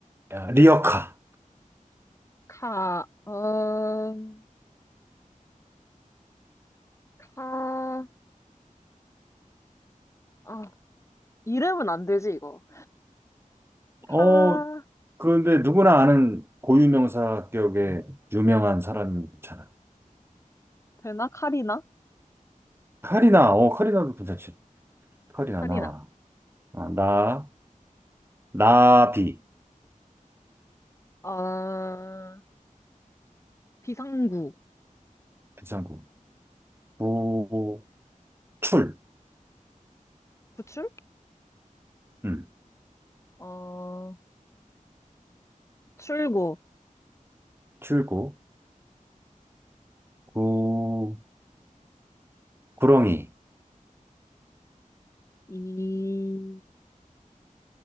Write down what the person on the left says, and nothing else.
카, 음, 카, 아, 이름은 안 되지, 이거. 카,
되나? 카리나?
카리나,
어, 비상구,
구출?
어, 출구,
이,